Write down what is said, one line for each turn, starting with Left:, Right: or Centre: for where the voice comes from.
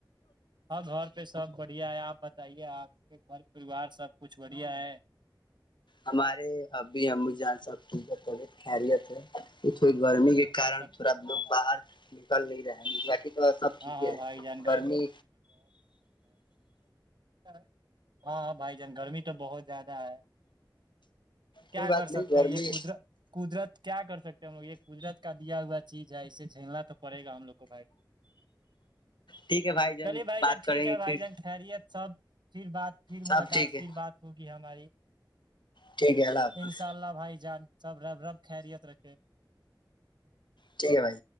Right: ہاں گھر پہ سب بڑھیا ہے آپ بتائیے آپ کے گھر پریوار سب کچھ بڑھیا ہے
Left: ہمارے ابھی ہم بھی جان سک توت خرییات ہے کہ تھوی گرمی گ کارن
Right: سب
Left: تھوڑا لوگ باہر نکل نہیں رہے ہیں باقی تو سب ٹھیک
Right: ہاں ہاں
Left: ہے
Right: بھائی جان
Left: گرمی
Right: س ہاںاں بھائی جان گرمی تو بہت زیادہ ہے کیا
Left: کوئی بات
Right: کر
Left: نہیں
Right: سکتے
Left: گرمی
Right: یہ قدر قدرت کیا کر سکتے ہیں م یہ گجرت کا دیا ہوا چیز ہے اسے جھیلنا تو پڑے گا ہم لوگ کو بھائی
Left: ٹھیک ہے بھائی
Right: چلیے بھائی
Left: بات
Right: جان ٹھیک
Left: کریں
Right: ہے
Left: گے
Right: بھائی
Left: پھر
Right: جان خیریت سب پھر بات پھر
Left: سب
Right: ملاقات
Left: ٹھیک ہے
Right: پھر بات ہوگی ہماری
Left: ٹھیک ہے اللہ حافظ
Right: ان شاء اللہ بھائی جان سب رب رب خیریت رکھے
Left: ٹھیک ہے بھائی